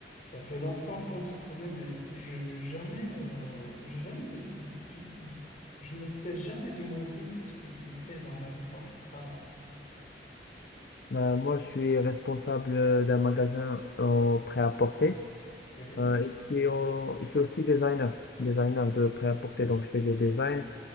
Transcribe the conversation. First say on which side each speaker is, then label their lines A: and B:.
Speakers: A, on the left; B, on the left.
A: Ça fait longtemps qu'on se connaît, mais j'ai jamais, euh, j'ai jamais, de- de- je ne t'ai jamais demandé qu'est-ce que tu fais dans la vie comme travail.
B: Bah moi, je suis responsable euh, d'un magasin en prêt-à-porter.
A: Oui,
B: Euh, et je suis, en- je suis aussi designer, designer de prêt-à-porter. Donc, je fais des designs